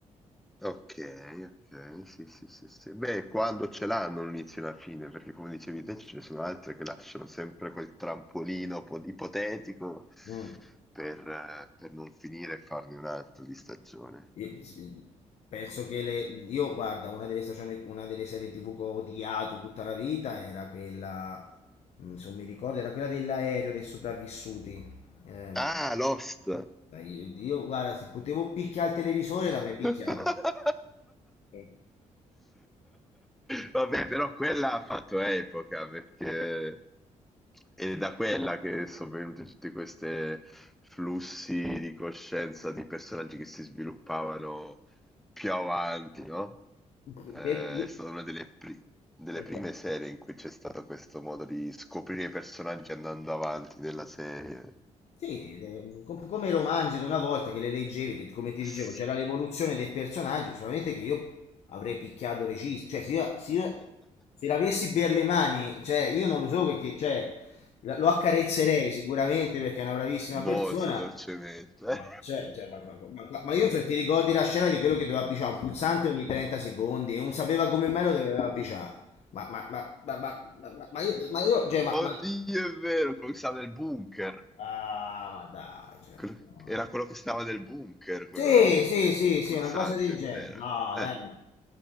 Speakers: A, in the centre; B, on the left.
A: okay, okay. Sì, sì, sì, sì. Beh, quando ce l'hanno un inizio e una fine, perché come dicevi te ce ne sono altre che lasciano sempre quel trampolino po ipotetico
B: Mm.
A: per eh, per non finire e farne un altro di stagione.
B: Io- sì, Penso che le, io, guarda, una delle stagioni, una delle serie TV che ho odiato tutta la vita era quella, mm, se non mi ricordo, era quella dell'aereo dei sopravvissuti. Ehm,
A: Ah, Lost.
B: dai, io, guarda, se potevo picchiare il televisore
A: <laughs>
B: l'avrei picchiato. Eh,
A: Vabbè, però quella ha fatto epoca perché è da quella che sono venuti tutti questi flussi di coscienza di personaggi che si sviluppavano più avanti, no?
B: eh,
A: Eh,
B: per-
A: è stata una delle, pri- delle
B: per-
A: prime
B: per-
A: serie in cui c'è stato questo modo di scoprire i personaggi andando avanti nella serie.
B: Sì, eh, com- come i romanzi di una volta che le leggevi, che come ti
A: <laughs>
B: dicevo, c'era l'evoluzione dei personaggi, solamente che io avrei picchiato regista, cioè se, io, se, io- se l'avessi per le mani, cioè io non lo so che, che- cioè, la- lo accarezzerei sicuramente perché è una bravissima
A: Molto
B: persona,
A: dolcemente.
B: ma, cioè, cioè, ma, ma- ma- ma io cioè, ti ricordi la scena di quello che doveva picciare un pulsante ogni 30 secondi e non sapeva come mai lo doveva picciare, ma, ma, ma, ma, ma, ma- ma io, ma io, cioè, ma,
A: Oddio,
B: ma-
A: è vero, quello che stava nel bunker.
B: Ah, ma dai, cioè,
A: Quello-
B: no.
A: Era quello che stava nel bunker, quello
B: Sì,
A: del, pi-
B: sì,
A: del
B: sì,
A: pulsante,
B: sì, una cosa del genere.
A: qual era?
B: No,
A: Eh.
B: dai,
A: <laughs>
B: ma-